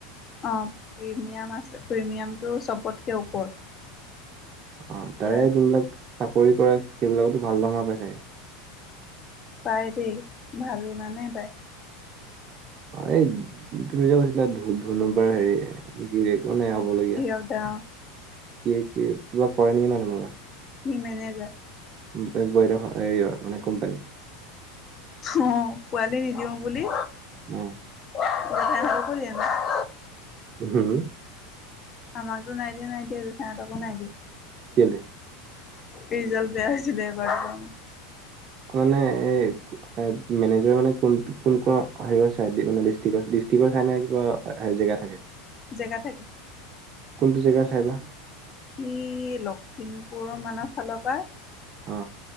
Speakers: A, on the left (about 35°); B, on the right (about 40°).
A: অ প্ৰিমিয়াম আছে প্ৰিমিয়ামটো চবতকে ওপৰত
B: অ তাৰে
A: তাৰপিছ
B: যোনবিলাক চাকৰি কৰে সেইবিলাকতো ভাল দাৰমহা পাই চাগে
A: পায় দেই ভালেমানেই পায়
B: অ এই তুমি যে কৈছিলা ধ ধুনুবাৰ হেৰি গিৰিয়েক মানে হব লগীয়া,
A: হিৰক দা
B: কি কি কিবা কৰে নেকি ন তেনেকুৱা?
A: সি মেনেজাৰ
B: ব্ৰইলা হেৰিয়ৰ মানে কোম্পানী।
A: অ পোৱালি নিদিওঁ বুলি।
B: অ।
A: <unintelligible>
B: হুম
A: আমাকতো নাই দিয়ে নাই দিয়া জেঠাই সহঁতকো নাই দিয়া
B: কেলে
A: ৰিজাল্ট বেয়া হৈছিলে এবাৰটো কাৰণে
B: মানে এ মেনেজাৰ মানে কোন কোন ক হেৰিয়ৰ চাই মানে ডিষ্ট্ৰিক্টৰ টিক চাইনা কি ক জেগা থাকে।
A: জেগা থাকে।
B: কোনটো জেগাৰ চাই বা
A: সি লখিমপুৰ মানৰ ফালৰ পা।
B: অ।